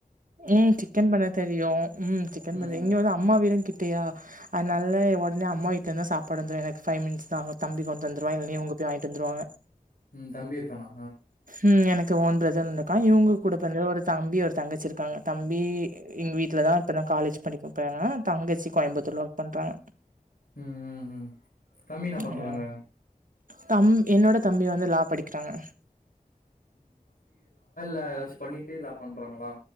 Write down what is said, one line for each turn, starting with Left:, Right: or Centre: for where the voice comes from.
Right: ம் சிக்கன் பண்ண தெரியு ம் சிக்கன்
Left: ம்
Right: பண்ண இங்க வந்து அம்மா வீடு கிட்டயா அதனால ஒடனே அம்மா வீட்ல இருந்தே சாப்பாடு வந்துரு எனக்கு ஃபைவ் மினிட்ஸ்தா ஆகு தம்பி கொண்டு வந்துருவா இல்லைனா இவங்க போய் வாங்கிட்டு வந்துருவாங்க
Left: ம் தம்பி இருக்கானா
Right: ம் எனக்கு ஓன் பிரதர் இருக்கான் இவங்க கூட பெறந்த ஒரு தம்பி ஒரு தங்கச்சிருக்காங்க தம்பி எங்க வீட்லதா இப்பதா காலேஜ் படிக்க போராங்க தங்கச்சி கோயம்பத்தூர்ல ஒர்க் பண்றாங்க
Left: ம் ம் ம் தம்பி என்ன பண்றாங்க
Right: அ தம் என்னோட தம்பி வந்து லா படிக்கிறாங்க
Left: டா எதாச்சும் பண்ணிட்டே லா பண்றாங்களா